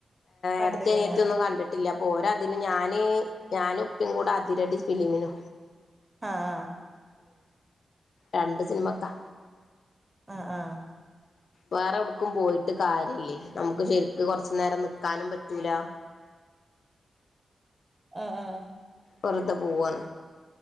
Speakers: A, on the right; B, on the left.
A: കണ്ടിരുന്ന
B: എട്ടതിയും അനിയത്തി ഒന്നും കണ്ടിട്ടില്ല പോരാ അതിന് ഞാന് ഞാനുപ്പിം കൂടെ അതിരടി ഫിലിമിനു
A: ആ ആ
B: രണ്ട് സിനിമക്കാ
A: ഉം ആ ആ
B: വേറെ എവിടക്കും പോയിട്ട് കാര്യല്ലേ നമുക്ക് ശറിക്ക് കൊറച്ചു നേരം നിക്ക- ക്കാനും പറ്റൂല
A: മ് മ്
B: വെറുതെ പോവാന്ന്